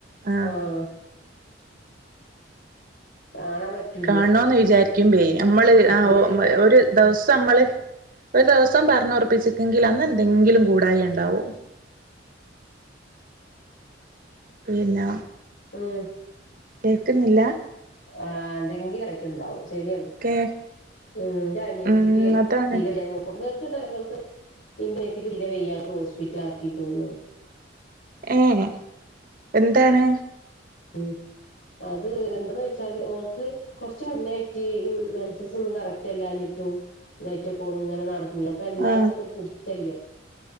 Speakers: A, on the right; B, on the left.
A: ആഹ
B: ആഹ് കാണാൻ പറ്റൂല
A: കാണണോ വിചാരിക്കുമ്പേ അമ്മള് ആഹ്
B: പിന്നെ എവിടെങ്കിലും
A: ഒരു ദിവസം അമ്മള് ഒരു ദിവസം പറഞ്ഞുറപ്പിച്ചിക്കെങ്കിൽ അന്ന് എന്തെങ്കിലും കൂടായ ഇണ്ടാവും പിന്നെ
B: ഉം
A: കേക്കുന്നില്ല,
B: ആഹ് എന്തെങ്കിലു ആയിട്ട് ഇണ്ടാവും ശെരിയാണ്
A: കേ
B: ഉം ഇന്റെ അനിയത്തിക്കെ
A: ഉം അതാണ്
B: തീരെ വെയാഞ്ഞിട്ട് ഓക്ക് <unintelligible> മൂക്ക്ണ്ടല്ലൊ മൂക്ക് ഇന്റെ അനിയത്തിക്ക് തീരെ വെയ്യായിട്ട് ഹോസ്പിറ്റ ആക്കികുണു.
A: ഏ എന്താണ്.
B: ഉം അത് എന്താവെച്ചാല് ഓൾക് കൊറച്ച് മുന്നായിട്ട് ഈ മെൻസ്സസ് ഒന്നും കറക്റ്റ് അല്ലാഞ്ഞിട്ടും. ഇതായിട്ടൊക്കെ ഓൾ ഇങ്ങനെ നട ഇന്നുപെന്താന്ന്
A: ആ
B: ഓൾക്കൊരു പുടുത്തല്ല